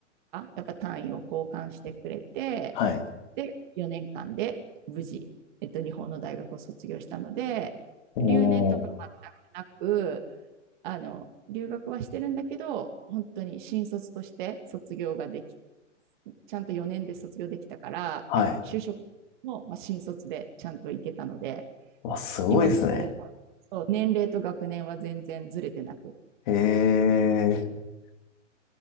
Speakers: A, on the right; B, on the left.
A: やっぱ単位を交換してくれて、
B: はい。
A: で、4年間で無事、えっと、日本の大学を卒業したので、
B: おー、
A: 留年とか全くなく、あの、留学はしてるんだけど、本当に新卒として卒業ができ、ちゃんと4年で卒業できたから、
B: はい。
A: 就職も、まあ、新卒でちゃんと行けたので、
B: わ、すごいですね。
A: 今のところ、そう、年齢と学年は全然ずれてなく、
B: えー、
A: こ